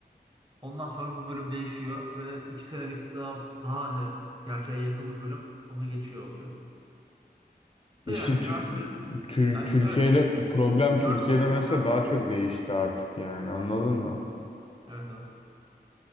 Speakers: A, on the right (about 25°); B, on the left (about 35°).
A: Ondan sonra bu bölüm değişiyor ve 2 senelik daha daha hani gerçeğe yakın bir bölüm onu geçiyor oluyor.
B: İşte
A: De yani
B: Tü-
A: üniversite
B: Tür-
A: yani
B: Türkiye'de
A: evet
B: problem
A: üniversite
B: Türkiye'de
A: okumak
B: mesela
A: abi.
B: daha çok değişti artık yani anladın mı?
A: Evet evet.